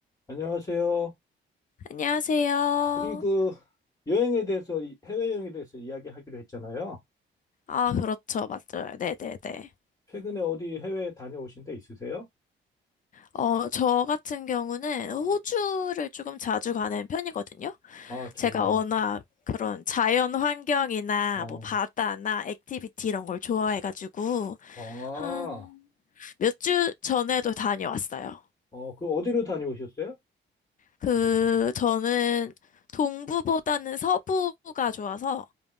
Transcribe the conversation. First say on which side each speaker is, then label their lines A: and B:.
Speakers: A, on the left; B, on the left.
A: 안녕하세요.
B: 안녕하세요.
A: 우리 그 여행에 대해서, 이- 해외여행에 대해서 이야기하기로 했잖아요.
B: 아, 그렇죠. 맞아요. 네네네.
A: 최근에 어디 해외 다녀오신 데 있으세요?
B: 어, 저 같은 경우는 호주를 조금 자주 가는 편이거든요.
A: 아, 자주
B: 제가
A: 다니죠.
B: 워낙 그런 자연 환경이나
A: 어,
B: 뭐 바다나 액티비티 이런 걸 좋아해가지고
A: 아,
B: 한 몇 주 전에도 다녀왔어요.
A: 어, 그 어디로 다녀오셨어요?
B: 그, 저는 동부보다는 서부가 좋아서